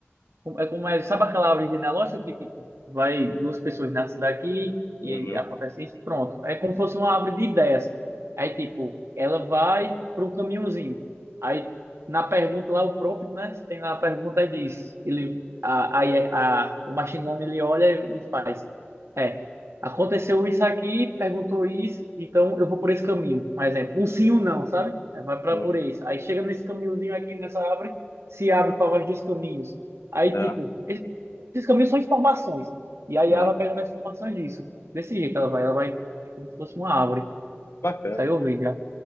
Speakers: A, on the right; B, on the left.
A: como- É como é, sabe aquela árvore genealógica que, tipo, vai duas pessoas nascem daqui e
B: Uhum.
A: acontece isso, pronto. É como se fosse uma árvore de ideias. Aí, tipo, ela vai para um caminhozinho. Aí, na pergunta lá, o prompt, né? Tem lá a pergunta e diz, ele, a, aí a, o machine learning, ele olha e faz. É, aconteceu isso aqui, perguntou isso, então eu vou por esse caminho. Um exemplo, um sim ou não, sabe? Aí vai para
B: Uhum.
A: por isso. Aí chega nesse caminhozinho aqui, nessa árvore, se abre para mais dois caminhos. Aí,
B: É,
A: tipo, esses esses caminhos são informações. E aí
B: é.
A: ela vai pegando as informações disso. Desse jeito ela vai, ela vai como se fosse uma árvore.
B: Bacana.
A: Isso aí eu vi já.